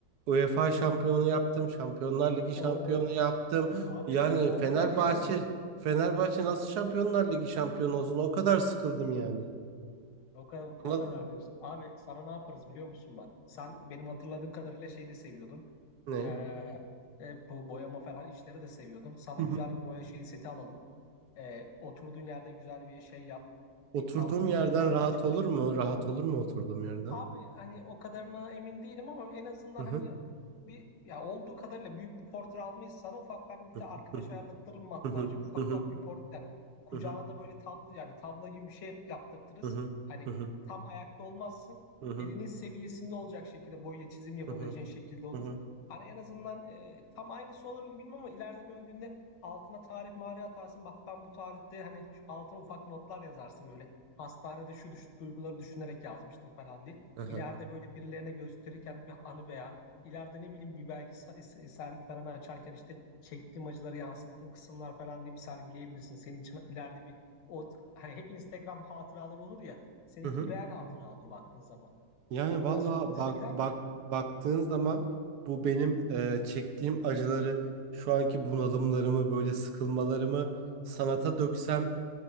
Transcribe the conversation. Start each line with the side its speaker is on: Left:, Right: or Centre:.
Right: UEFA şampiyonu yaptım, Şampiyonlar Ligi şampiyonu
Left: Oo.
Right: yaptım.
Left: Abi
Right: Yani
Left: olmayacak
Right: Fenerbahçe
Left: şeyler olmuş.
Right: Fenerbahçe nasıl Şampiyonlar Ligi şampiyonu olsun? O kadar sıkıldım yani.
Left: O kadar, o
Right: Anladın
Left: kadar
Right: mı?
Left: diyorsun. Abi sana ne yaparız biliyor musun bak. Sen benim hatırladığım kadarıyla şey de seviyordun.
Right: Ne?
Left: Ee, e, bu boyama falan işleri de seviyordun. Sana
Right: Hı
Left: güzel
Right: hı.
Left: bir boya şeyi seti alalım. Ee, oturduğun yerde güzel bir şey yap.
Right: Oturduğum
Left: Bir tablo falan
Right: yerden
Left: yapmaya
Right: rahat
Left: çalış.
Right: olur mu? Rahat olur mu oturduğum yerden?
Left: Abi hani o kadarına emin değilim ama en azından
Right: Hı hı.
Left: hani bir ya olduğu kadarıyla büyük bir portre almayız sana ufak ben bir
Right: Hı
Left: de arkadaş
Right: hı.
Left: ayarlattırırım matbaacı
Right: Hı hı.
Left: ufak
Right: Hı hı.
Left: ufak bir port yani kucağına
Right: Hı hı.
Left: da böyle tablo yani tablo gibi bir şey yap- yaptırtırız.
Right: Hı hı.
Left: Hani
Right: Hı hı.
Left: tam ayakta olmazsın
Right: Hı hı.
Left: elinin seviyesinde olacak şekilde boya çizim yapabileceğin
Right: Hı
Left: şekilde olur.
Right: hı.
Left: Hani en azından e, tam aynısı olur mu bilmem ama ileride döndüğünde altına tarih mağara atarsın bak ben bu tarihte hani altına ufak notlar yazarsın böyle hastanede şu düş- duyguları düşünerek yazmıştım falan diye
Right: Hı hı.
Left: ileride böyle birilerine gösterirken bir anı veya ileride ne bileyim bir belki sa- sergi falan açarken işte çektiğim acıları yansıttığım kısımlar falan deyip sergileyebilirsin. Senin için ileride bir o hani hep Instagram hatıraları olur ya. Seninki
Right: Hı hı.
Left: real hatıra olur baktığın zaman.
Right: Yani valla
Left: Nasıl olur? Hoşuna
Right: bak
Left: gider
Right: bak
Left: mi?
Right: baktığın zaman bu benim e, çektiğim acıları şu anki bunalımlarımı böyle sıkılmalarımı sanata döksem